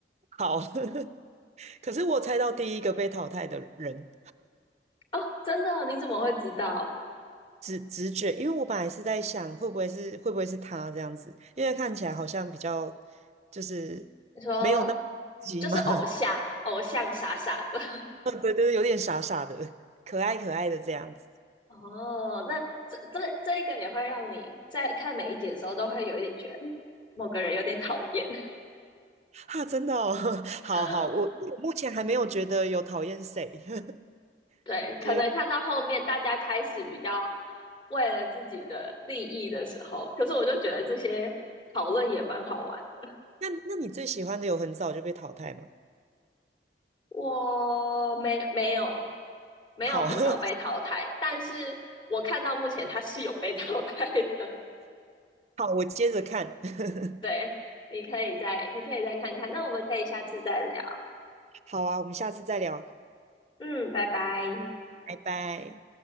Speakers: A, on the right; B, on the left.
A: 好，<laughs> 可是我猜到第一个被淘汰的人，
B: 哦，真的哦你怎么会知道？
A: 直直觉，因为我本来是在想会不会是会不会是他这样子，因为看起来好像比较就是没有那么急嘛，
B: 你说就是偶像，偶像傻傻的。
A: <laughs> 对对对，有点傻傻的，可爱可爱的这样子。
B: 哦，那这这这一个也会让你在看每一集的时候都会有一点觉得，嗯某个人有点讨厌。
A: 哈、真的哦，<laughs> 好好，
B: <laughs>
A: 我我目前还没有觉得有讨厌谁，
B: 哦
A: <laughs>
B: 对，
A: 就是
B: 可能看到后面大家开始比较为了自己的利益的时候，可是我就觉得这些讨论也蛮好玩的。
A: 那那你最喜欢的有很早就被淘汰吗？
B: 我没没有没有很早被淘汰，
A: 好，<laughs>
B: 但是我看到目前他是有被淘汰的。
A: 好，我接着看。<laughs>
B: <laughs> 对，你可以再你可以再看看，那我们可以下次再聊。
A: 好啊，我们下次再聊，
B: 嗯，拜拜。
A: 拜拜。